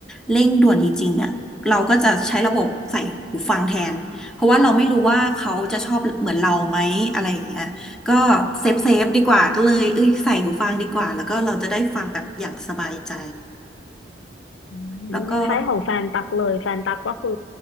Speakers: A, in the centre; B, on the left.
A: เร่งด่วนจริงๆอะเราก็จะใช้ระบบใส่หูฟังแทนเพราะว่าเราไม่รู้ว่าเขาจะชอบเหมือนเราไหมอะไรอย่างเงี้ยก็เซฟเซฟดีกว่าก็เลยเอ้ยใส่หูฟังดีกว่าแล้วก็เราจะได้ฟังแบบอย่างสบายใจ
B: อื
A: แล้วก็
B: มคล้ายของแฟนตักเลยแฟนตักก็คือ